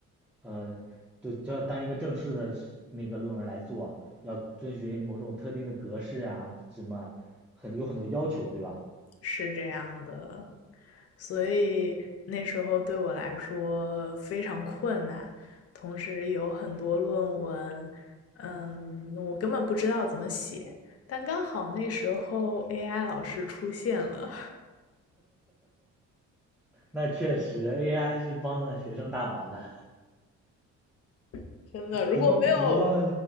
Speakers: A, in the centre; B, on the left.
A: 呃，都就要当一个正式的那个论文来做，要遵循某种特定的格式啊，什么很有很多要求，对吧？
B: 是这样的。所以那时候对我来说非常困难，同时有很多论文，嗯，我根本不知道怎么写。但刚好那时候 AI 老师出现了，
A: 那确实 AI 是帮了学生大忙的。
B: <laughs> 真的，如果没有
A: 不过不过，